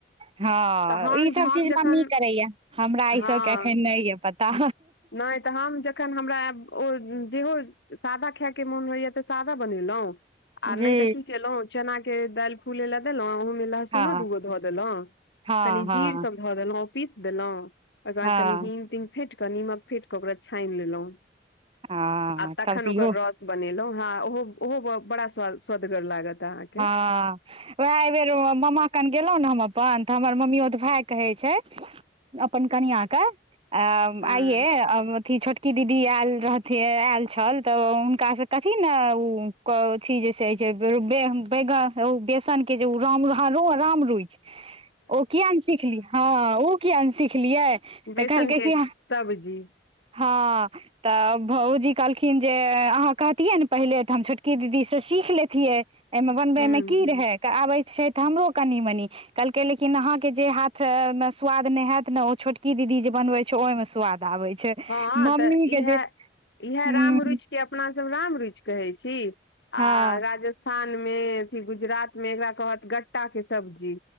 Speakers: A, on the right (about 30°); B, on the left (about 75°).
A: हँ
B: तऽ हम
A: ईसभ
B: हम
A: चीज
B: जखन
A: मम्मी करैया, हमरा ईसभके
B: हँ
A: अखन नहि यऽ पता।
B: नहि तऽ हम जखन हमरा एब ओ जेहो सादा खायके मोन होइया तऽ सादा बनेलहुँ, आ नहि
A: जी
B: तऽ की केलहुँ चना के दैल फूलैले देलौ, ओहिमे लहसुनो
A: हँ
B: दू गो धऽ देलौ,
A: हँ
B: कनी
A: हँ
B: जीर सब धऽ देलौ, पिस देलौ ओकर बाद
A: हँ
B: कनी हिंग- तिंग फेट नीमक फेट के ओकरा छानि लेलहुं,
A: हँ
B: आ तखन
A: तब तऽ
B: ओकर
A: इहो
B: रस बनेलहुं, ह ओ- ओहो बड़ा स्वा- सदगर लागत आहां
A: हँ, वएह एहि बेर मामा खन गेलहुँ ने हम अपन तऽ हमर मम्मीयोत भाय कहै छै, अपन कनियांके अ
B: हँ
A: आंइये अथि छोट की दीदी आयल रहथिन, आयल छल तऽ हुनकासँ कथी ने ओ क अथि जेसे बैंक बैगन ओ बेसनक के जे ओ, राम र -रो रामरुच। ओ कियान सिखली हँ ओ किया नहि सिखलियै,
B: बेसन
A: तऽ कहलकै
B: के
A: की
B: सब्जी
A: हँ तऽ भौउजी कहलखिन जे अहाँ कहतियै ने पहिले तऽ, हम छोटकी दीदीसँ सीख लेती। छियै एहिमे बनबै
B: हूँ
A: मे की
B: हूँ
A: रहै, आबै छै तऽ हमरो कनि- मनी। कहलकै लेकिन अहा के जे हाथ मे स्वाद नहि हैत ने, ओ छोटकी दीदी जे बनबैत तो ओहिमे स्वाद आबे छै।
B: हँ
A: मम्मी
B: तऽ इएह
A: के जे
B: इएहे
A: हूँ
B: रामरुइच। जे अपना सब राम रुचि कहै छी, आ
A: हँ
B: राजस थान मे, अथी गुजरात में, एकरा कहत गट्टा के सब्जी।